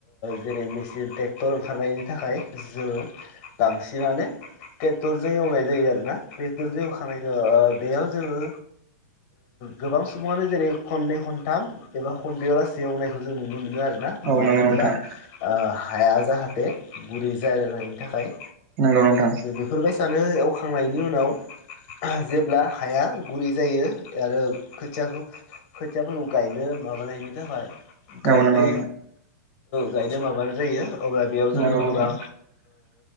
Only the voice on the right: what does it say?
औ
नंगौ
नोंथां
नंगौ नोंथां
औ नंगौ
नंगौ
नोंथां